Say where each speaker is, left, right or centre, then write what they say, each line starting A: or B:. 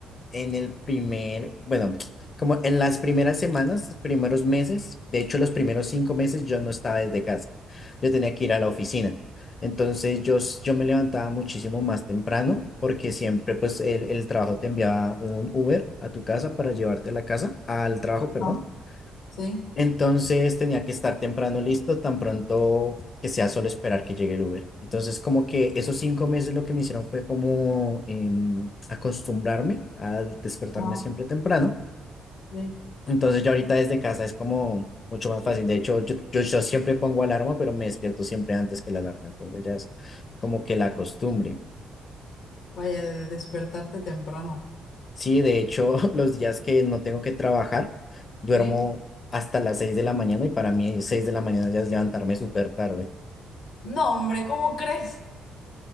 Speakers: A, on the left (about 40°); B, on the left (about 80°).
A: en el primer, bueno, como en las primeras semanas, los primeros meses, de hecho los primeros cinco meses yo no estaba desde casa, yo tenía que ir a la oficina. Entonces yo, s- yo me levantaba muchísimo más temprano porque siempre pues el, el trabajo te enviaba un Uber a tu casa para llevarte a la casa, al trabajo, perdón.
B: Ajá, Sí,
A: Entonces tenía que estar temprano listo, tan pronto que sea solo esperar que llegue el Uber. Entonces como que esos cinco meses lo que me hicieron fue como em, acostumbrarme a despertarme
B: ajá.
A: siempre temprano.
B: sí.
A: Entonces ya ahorita desde casa es como mucho más fácil. De hecho, yo, yo, yo siempre pongo alarma, pero me despierto siempre antes que la alarma. Entonces ya es como que la costumbre.
B: Vaya, de despertarte temprano.
A: Sí, de hecho, <laughs> los días que no tengo que trabajar, duermo
B: ¿Sí?
A: hasta las seis de la mañana y para mí seis de la mañana ya es levantarme súper tarde.
B: No, hombre, ¿cómo crees?